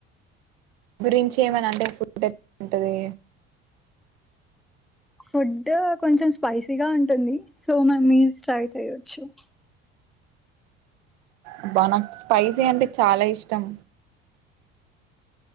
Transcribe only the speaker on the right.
గురించి ఏమనా అంటే ఫుడ్ ఎట్లా ఉంటది
అబ్బా నాకు స్పైసీ అంటే చాలా ఇష్టం